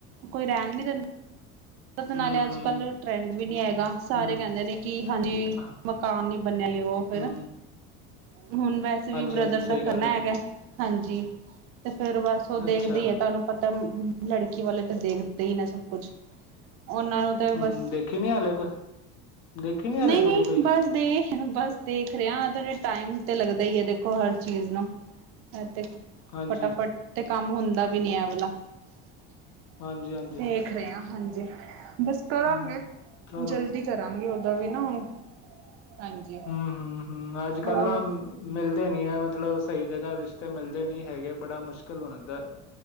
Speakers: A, on the right; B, on the left.
A: ਕੋਈ ਰਹਿਣ ਨੀ ਦਿੰਦਾ ਤੇ ਨਾਲੇ
B: ਹੂੰ,
A: ਅੱਜ
B: ਹੂੰ,
A: ਕੱਲ੍ਹ ਟਰੈਂਡ ਵੀ ਨੀ ਹੈਗਾ, ਸਾਰੇ
B: ਹੂੰ
A: ਕਹਿੰਦੇ ਨੇ ਕਿ ਹਾਂਜੀ,
B: ਹਾਂ,
A: ਮਕਾਨ ਨੀ ਬਨਿਆ? ਤੇ ਉਹ ਫੇਰ
B: ਹੂੰ,
A: ਹੁਣ ਵੈਸੇ ਵੀ
B: ਹਾਂਜੀ
A: ਬ੍ਰਦਰ
B: ਹਾਂਜੀ
A: ਦਾ
B: ਸਹੀ ਗੱਲ
A: ਕਰਨਾ
B: ਐ
A: ਹੈਗਾ, ਹਾਂਜੀ, ਤੇ ਫੇਰ ਬਸ ਉਹ ਦੇਖਦੇ
B: ਅੱਛਾ
A: ਹੀ ਆ ਤੁਹਾਨੂ ਪਤਾ ਲੜਕੀ ਵਾਲੇ ਤੇ ਦੇਖਦੇ ਹੀ ਨਾ ਸਭ ਕੁਛ ਉਹਨਾਂ ਨੂੰ, ਤਾਂ
B: ਹੂੰ
A: ਬਸ।
B: ਦੇਖੀ ਨੀ ਹਾਲੇ ਕੋਈ ਦੇਖੀ ਨੀ ਹਾਲੇ
A: ਨਹੀਂ--ਨਹੀਂ।
B: ਕੁੜੀ ਕੋਈ
A: ਬਸ ਦੇਖ, ਬਸ ਦੇਖ ਰਹੇ ਟਾਈਮ ਤੇ ਲੱਗਦਾ ਹੀ ਹੈ, ਦੇਖੋ ਹਰ ਚੀਜ਼ ਨੂੰ। ਤੇ
B: ਹਾਂਜੀ,
A: ਫਟਾਫਟ ਤੇ ਕੰਮ ਹੁੰਦਾ ਵੀ ਨੀਂ ਐ ਵਾਲਾ। <unintelligible>
B: ਹਾਂਜੀ ਹਾਂਜੀ
A: ਦੇਖ ਰਹੇ ਆ, ਹਾਂਜੀ। ਬਸ ਕਰਾਂਗੇ,
B: ਹੂੰ ਚਲੋ
A: ਜਲਦੀ ਕਰਾਂਗੇ। ਓਦਾਂ ਵੀ ਨਾ, ਹੁਣ। ਹਾਂਜੀ
B: ਹੂੰ ਹੂੰ ਹੂੰ। ਅੱਜ
A: ਹੋਰ
B: -ਕੱਲ੍ਹ ਨਾ ਮਿਲਦੇ ਨ ਆ। ਮਤਲਬ ਸਈ ਜਗਾ ਰਿਸ਼ਤੇ ਮਿਲਦੇ ਨੀ ਹੈਗੇ, ਬੜਾ ਮੁਸ਼ਕਲ ਹੁੰਦਾ।